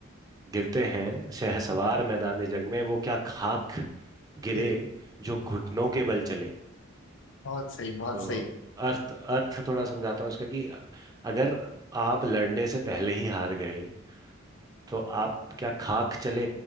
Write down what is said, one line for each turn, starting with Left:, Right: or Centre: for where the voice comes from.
Right: गिरते हैं शहसवार मैदाने जंग में वो क्या खाक गिरे
Left: फिर-
Right: जो घुटनों के बल चले
Left: बहुत सही बहुत
Right: तो
Left: सही
Right: अर्थ अर्थ थोड़ा समझाता हूँ उसका कि अगर आप लड़ने से पहले ही हार गए तो आप क्या खाक चले